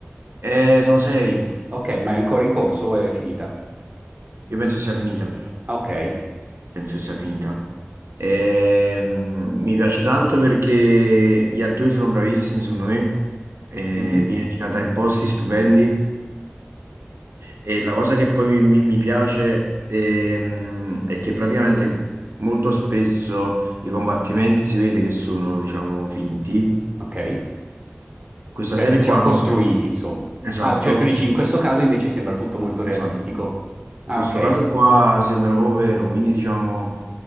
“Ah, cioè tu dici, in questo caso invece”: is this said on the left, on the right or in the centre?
Right